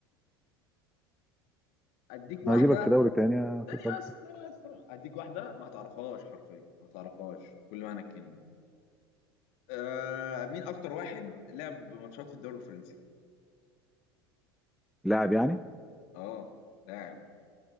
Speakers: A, on the left (about 50°); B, in the centre.
A: <laughs> أديك واحدة
B: انا هجيبك في دوري تاني يا
A: ثانية
B: فيصل
A: بس ثانية بس أديك واحدة ما هتعرفهاش حرفيا ما هتعرفهاش كل معنى الكلمة آه مين أكتر واحد لعب ماتشات في الدوري الفرنسي؟
B: لاعب يعني
A: اه لاعب